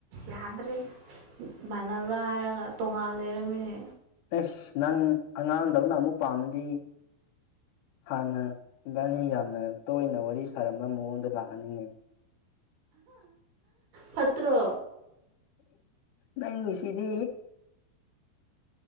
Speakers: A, on the right; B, on the left.
A: ꯌꯥꯗ꯭ꯔꯦ ꯃꯥꯟꯅꯕ꯭ꯔꯥ ꯍꯥꯏꯔꯒ ꯇꯣꯉꯥꯟꯅ ꯂꯩꯔꯝꯃꯤꯅꯦ
B: ꯑꯦꯁ ꯅꯪ ꯑꯉꯥꯡꯗꯧꯅ ꯑꯃꯨꯛ ꯄꯥꯝꯃꯗꯤ ꯍꯥꯟꯅ ꯏꯕꯥꯅꯤ ꯌꯥꯝꯅ ꯇꯣꯏꯅ ꯋꯥꯔꯤ ꯁꯥꯔꯝꯕ ꯃꯑꯣꯡꯗ ꯂꯥꯛꯑꯅꯤꯡꯉꯦ
A: ꯄꯠꯇ꯭ꯔꯣ
B: ꯅꯪ ꯁꯤꯗꯤ